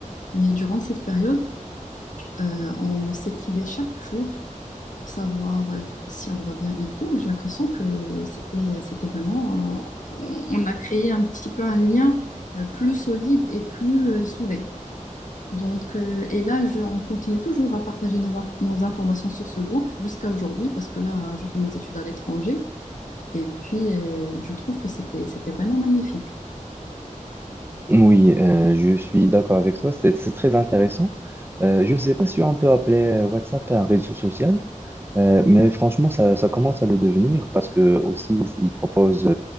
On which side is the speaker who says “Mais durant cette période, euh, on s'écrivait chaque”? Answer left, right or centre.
Left